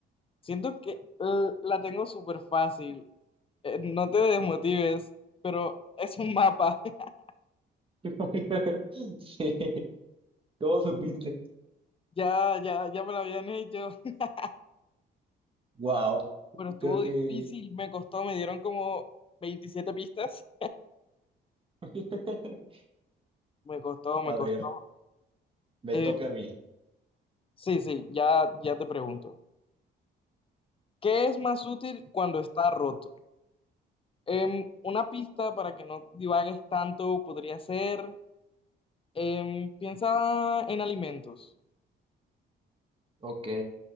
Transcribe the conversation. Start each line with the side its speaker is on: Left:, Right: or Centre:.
Left: siento que eh, la tengo súper fácil. Eh, no te desmotives, pero es un mapa. <laughs>
Right: <laughs> Sí, ¿cómo supiste?
Left: Ya, ya, ya me lo habían hecho, <laughs>
Right: Wow,
Left: pero estuvo
Right: creo que,
Left: difícil, me costó, me dieron como 27 pistas.
Right: <laughs>
Left: Me costó, me
Right: a
Left: costó.
Right: ver, me
Left: Eh,
Right: toca a mí.
Left: sí, sí, ya, ya te pregunto. ¿Qué es más útil cuando está roto? Em, una pista para que no divagues tanto podría ser, em, piensa en alimentos.
Right: Ok,